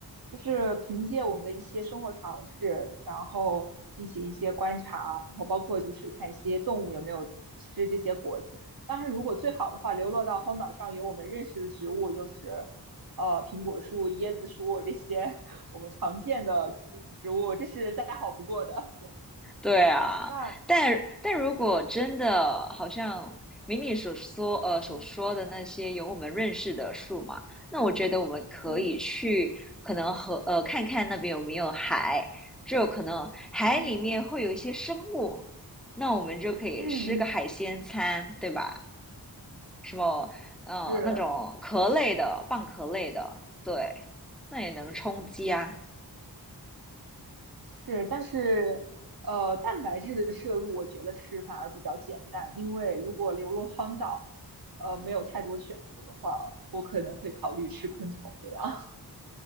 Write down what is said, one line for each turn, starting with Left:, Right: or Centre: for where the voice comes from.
Right: 就是凭借我们的一些生活常识，然后进行一些观察，然后包括就是看一些动物有没有吃这些果子。当然，如果最好的话，流落到荒岛上有我们认识的植物，就是呃苹果树、椰子树这些 <laughs> 我们常见的植植物，这是再好不过的。对，
Centre: 对啊，
Right: 那
Centre: 但但如果真的好像明你所说呃所说的那些有我们认识的树嘛，
Right: 嗯
Centre: 那我觉得我们可以去可能和呃看看那边有没有海，
Right: 嗯
Centre: 就可能海里面会有一些生物，
Right: 嗯
Centre: 那我们就可以吃个海鲜餐，
Right: 嗯嗯，
Centre: 对吧？什么嗯那种壳类的、
Right: 是。
Centre: 蚌壳类的，对，那也能充饥啊。
Right: 是，但是呃，蛋白质的摄入我觉得是反而比较简单，因为如果流落荒岛，呃，没有太多选择的话，我可能会考虑吃昆虫这样。